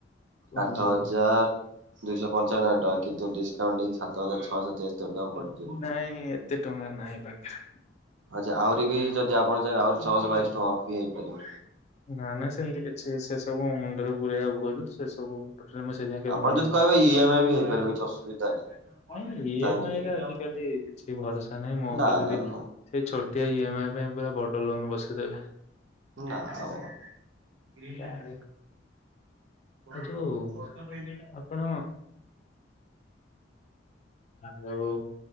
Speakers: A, on the left; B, on the right.
A: ପଢୁଛି
B: ଆଠ ହଜାର ଦୁଇଶହ ପ ପଞ୍ଚାନବେ ଟଙ୍କା କିନ୍ତୁ ଡିସକାଉଣ୍ଟ ଦେଇକି ସାତ ହଜାର ଛଅଶହ ପଡିଜିବ।
A: ନାଇଁ ଏତେ ଟଙ୍କା ନାହିଁ ପାଖରେ।
B: ଆଛା ଆହୁରି ବି ଯଦି ଆପଣ ଆହୁରି ଛଅଶହ ବାଇଶ ଟଙ୍କାଅଫ ଵି ହେଇପାରିବ।
A: ନା ନା ସେମିତି କିଛି ସେ ସବୁ ମୁଣ୍ଡରେ ପୁରେଆ ଭୁଲ ସେ ସବୁ ଟୋଟାଲି ମୁଁ ସେଇଥିପାଇଁ କେବେ
B: ଆପଣ ଯଦି କହିବେ ଇ ଏମ ଆଇ ବି ହେଇପାରିବ କିଛି ଅସୁବିଧା ନାହିଁ।
A: ନାଇଁ ଇ
B: ଚାହିଁବେ
A: ଏମ ଆଇ
B: ଯଦି।
A: ରେ ଆଜିିକାଲି କିଛି ଭରସା ନାଇଁ ମୋ
B: ନା
A: ଉପରେ ଯଦି
B: ନା ନା
A: ସେଇ ଛୋଟିଆ ଇ ଏମ ଆଇ ପାଇଁ ପୁରା ବଡ ଲୋନ୍ ବସେଇଦେବେ।
B: ନା ଆଉ। <inaudible>
A: କାଳେ
B: <inaudible>
A: ଆଉ ଯୋଉ
B: ହଁ
A: ଆପଣ ଯୋଉ